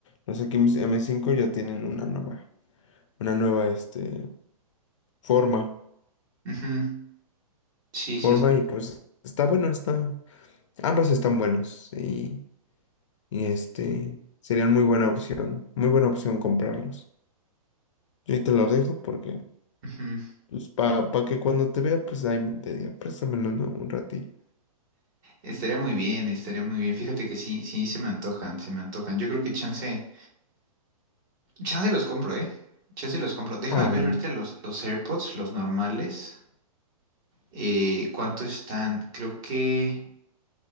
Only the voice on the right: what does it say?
ujú, Sí,
sí. sí,
ujú.
Estaría muy bien, estaría muy bien. Fíjate que sí, sí se me antojan, se me antojan. Yo creo que chance, chance los compro, ¿eh? Chance los compro. Déjame
ver
ahorita los, los AirPods, los normales. Eh, ¿cuánto están? Creo que,